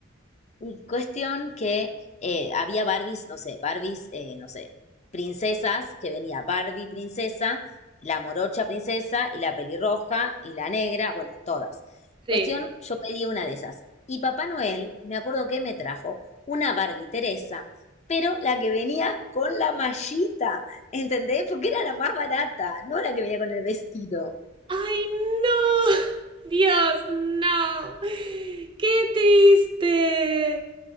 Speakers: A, on the left (about 35°); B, on the right (about 25°).
A: Y cuestión que eh, había Barbies, no sé, Barbies, eh, no sé, princesas, que venía Barbie princesa, la morocha princesa y la pelirroja y la negra, bueno, todas.
B: sí.
A: Cuestión, yo pedí una de esas. Y Papá Noel, me acuerdo que me trajo una Barbie Teresa, pero la que venía con la mallita, ¿entendés? Porque era la más barata, no la que venía con el vestido.
B: ¡Ay, no! <laughs> Dios, no. ¡Qué triste!